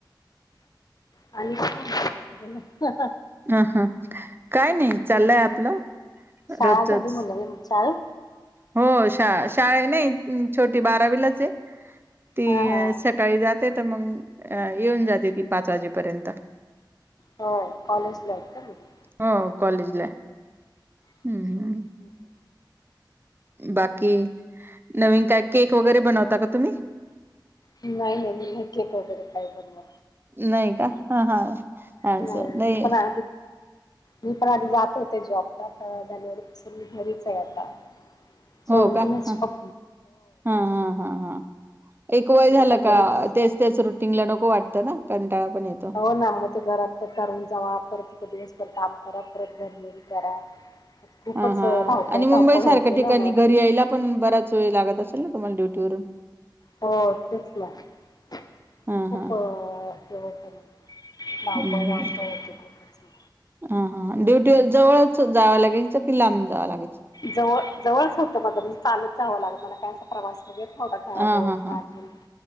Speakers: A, on the left; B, on the right.
A: आणि काय बला
B: अ हा काय नाही चाललंय आपलं
A: शळा
B: रोजचच
A: झाली मुला शळ
B: हो शा शाळा नाही छोटी बारावीलाच ती
A: हा हा
B: सकाळी जाते तर मग अ येऊन जाते ती पाच वाजेपर्यंत
A: होय कॉलेजला आहेत का मुली
B: हो कॉलेजला
A: अच्छा
B: हम्म
A: हम् हम
B: बाकी नवीन काय केक वगैरे बनवता का तुम्ही
A: नाही नाही मी नाही केक वगैरे काय बनव
B: नाही का हा हा अस
A: हप
B: नाही
A: ना मी पण आधी जात होते जॉबला तर झाल्यावर मी घरीच आहे आता चडून
B: हो का
A: त नाचप
B: हा हा हा ह हा एक वय
A: मी
B: झालं
A: आता घरीच
B: का तेच त्याच रुटिंगला नक वाटत ना पण येतो
A: हो ना मग ते घरात तर करून जाव परत ति दिवस काम करा परत घरनेरी करा खूपच
B: हा हा
A: धावपळ
B: आणि
A: धावपळ
B: मुंबई
A: होते
B: सारख्या ठिकाणी
A: ना मग
B: घरी यायला पण बराच वेळ लागत असेल तुमला ्यटीवरून
A: हो तेच ना खूप
B: हा हा
A: हे होत रावप
B: हम्म
A: राप उतेत
B: हा हा ड्युटी जवळच जावं लागेलं कि लांब जावं लागेल
A: जवळ जवळच होतं माझ म्हणजे चालत जावं लाग मला काय अस प्रवास थोडा घराजव
B: हा हा हा
A: दहा मि